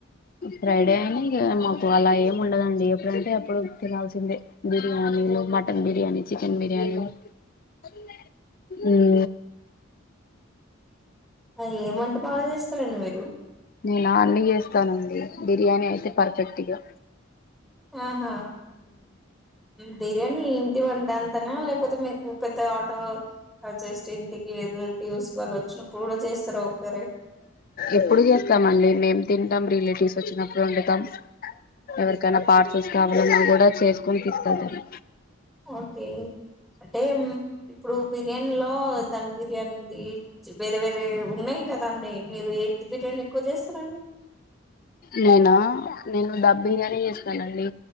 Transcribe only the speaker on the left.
ఫ్రైడే అని ఇగ మా అలా ఏం ఉండదండి ఎప్పుడంటే అప్పుడు తినాల్సిందే బిర్యానీలు మటన్ బిర్యానీ చికెన్ బిర్యా హలో
నేనా అన్నీ చేస్తానండి బిర్యానీ అయితే పర్ఫెక్ట్గా
ఎప్పుడు చేస్తామండి మేము తింటాం రిలేటివ్స్ వచ్చినప్పుడు వండుతాం ఎవరికైనా పార్స్ కావాలన్నా కూడా చేసుకొని తీసుకెళ్తాను
నేనా నేను దమ్ బిర్యానీ చేస్తానండి